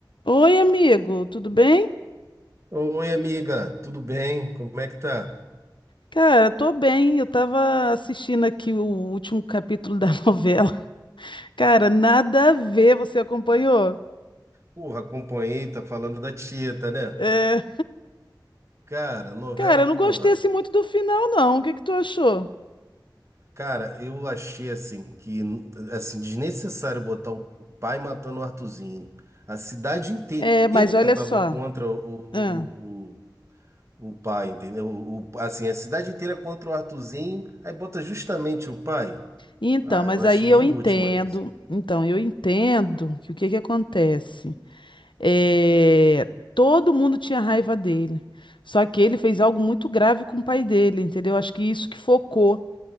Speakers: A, on the left (about 85°); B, on the right (about 35°).
A: Oi, amigo, tudo bem?
B: Oi, amiga, tudo bem? Como é que tá?
A: Cara, tô bem. Eu tava assistindo aqui o último capítulo da <laughs> novela. Cara, nada a ver, você acompanhou?
B: Porra, acompanhei, tá falando da Tieta, né?
A: É,
B: Cara, novela,
A: cara, eu
B: porra.
A: não gostei assim muito do final, não. O que que tu achou?
B: Cara, eu achei assim que assim desnecessário botar o pai matando o Arthurzinho. A cidade inteira
A: É, mas olha
B: tava
A: só.
B: contra o,
A: Ah,
B: o, o pai, entendeu? O, o- assim, a cidade inteira contra o Arthurzinho, aí bota justamente o pai.
A: Então,
B: Ah,
A: mas
B: eu achei
A: aí eu
B: de
A: entendo.
B: última isso.
A: Então, eu entendo que o que que acontece? É, todo mundo tinha raiva dele. Só que ele fez algo muito grave com o pai dele, entendeu? Acho que isso que focou.